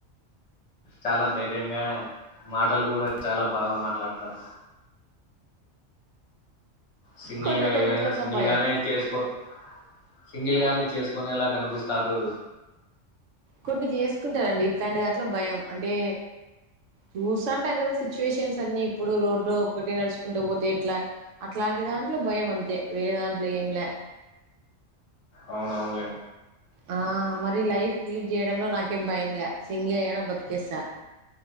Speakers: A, on the left (about 70°); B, on the right (about 75°).
A: చాలా ధైర్యంగా మాటలు కూడా చాలా బాగా మాట్లాడతారు సింగిల్
B: కొన్ని
A: గా
B: కొన్ని
A: ఏదైనా
B: చోట్ల
A: సింగిల్
B: భయం
A: గానే చేసుకోన్ సింగిల్ గానే చేసుకునేలా కనిపిస్తారు
B: కొన్ని జేసుకుంటరండి ఇట్లాంటి దాంట్లో భయం అంటే చూస్తాన్టాం కదా సిచ్యువేషన్స్ అన్ని ఇప్పుడు రోండు ఒకట నడుచుకుంటూ పోతే ఎట్లా అట్లాంటి దాంట్లో భయం అంతే వేరే దాంట్లో ఏం లే
A: అవునవున్లే
B: ఆ మరి లైఫ్ లీడ్ చేయడంలో నాకేం భయం లే సింగిల్ అయినా బతికేస్తా